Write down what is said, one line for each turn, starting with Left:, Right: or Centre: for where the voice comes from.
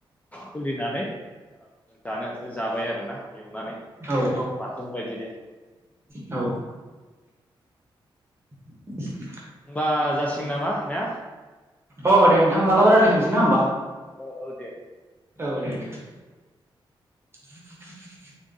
Left: खुलिनानै दानो जानो जाबाय आरोना एवनानै
Right: औ
Left: बाथोन बायदि दे
Right: औ <inaudible>
Left: बा जासिगोन नामा ने
Right: अ दे नोंथा मालाबा राय्लायफिनोसै ना होमबा
Left: औ औ दे दे
Right: औ दे नोंथां <inaudible>